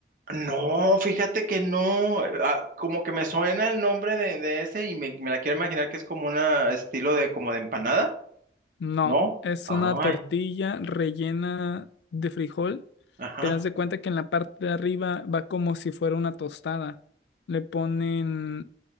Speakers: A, on the right; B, on the left.
A: No, fíjate que no, eh, ah, como que me suena el nombre de, de ese y me, me la quiero imaginar que es como una estilo de como de empanada,
B: No,
A: ¿no?
B: es
A: Ay,
B: una tortilla rellena de frijol,
A: ajá,
B: pero haz de cuenta que en la parte de arriba va como si fuera una tostada. Le ponen,